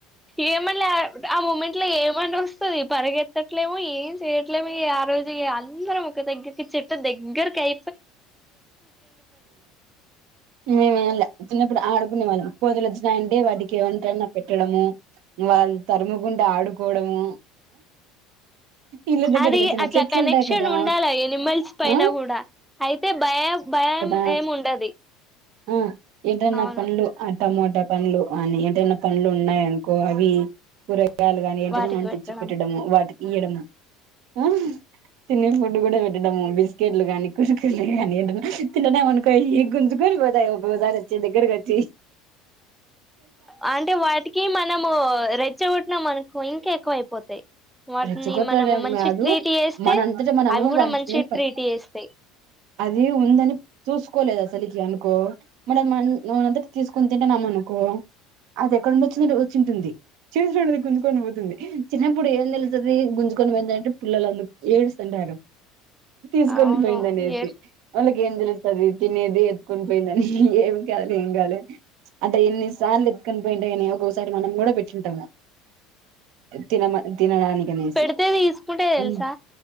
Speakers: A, in the centre; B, on the right (about 55°).
A: ఏమనలే ఆ మూమెంట్ ఇట్ ఏమని వస్తుంది పరిగెత్తట్లేముో ఏం చేయట్లేమో రోజు అందర ఒక దగ్గరికి చెట్ దగ్గర కై
B: ఇేే చిన్న ఇప్పుడు ఆడుకునే వాళ్ళం కోదల వచ్చినాయంటే వాటికి ఏమంటనా పెట్టడము వాళ్ళ తరుముకుంటడా ఆడుకోవడము ఇళ్ళ దగ్గరకి
A: అది
B: వచ్చిన
A: అట్లా
B: చెట్లు
A: కనెక్షన్
B: ఉంటాయి కదా
A: ఉండాలి ఎనిమల్స్ పైన
B: ఆ
A: కూడా అయితే భయం భయం
B: అ
A: ఏమి ఉండది
B: ఆ ఏదన్నా
A: అవును
B: పనులు టమాటా పనులు అని ఏదైనా పనులు ఉన్నాయనుకో అవి కూర యలు కానీ ఏంటేనే
A: వాటికి పెట్టడం
B: తెచ్చి పెట్టడము వాటికి ఈయడం. ఉమ్ తినే ఫుడ్డు కూడా పెట్టడము. బిస్కెట్లు గానీ కురుకురేలు గానీ ఏంట. తింటున్నామనుకో గుంజుకొని పోతాయి ఒక్కొక్కసారి వచ్చి దగ్గరగోచ్చి.
A: అంటే వాటికి మనము రెచ్చగొట్నాం అనుకో ఇంకా ఎక్కువ అయిపోతాయి. వాటిని
B: రెచ్చగొట్టడం
A: మనము మంచిగ
B: కాదు
A: ట్రీట్ చేస్తే
B: మనంతట మనము
A: అవి కూడా
B: వాటిని
A: మంచి
B: పట్
A: ట్రీట్ చేస్తాయి.
B: అది ఉందని చూసుకోలేదు అసలికి అనుకో మ మన మనమంతట తీసుకొని తింటున్నాం అనుకో. అది ఎక్కడ నుండి వచ్చిందంటే వచ్చుంటుంది. చేస్తున్నవి గుంజుకొని పోతుంది. చిన్నప్పుడు ఏం తెలుస్తది గుంజుకొని పోతుంటే పిల్లలు అందరూ ఏస్తుంటారు. తీసుకొని
A: అవును
B: పోయింది అనేసి
A: ఏ
B: వాళ్ళకి ఏం తెలుస్. ఏది ఎత్తుకోని పోయిందని ఏం కాలే ఏం కాలే. అట్లా ఎన్ని సార్లు ఎత్కని పోయింటయో అని. ఒకసారి మనం కూడా పెట్టింటాము. తిన తినడానికి అనేసి
A: పెడితే తీసుకుంటే తెలుసా
B: మ్మ్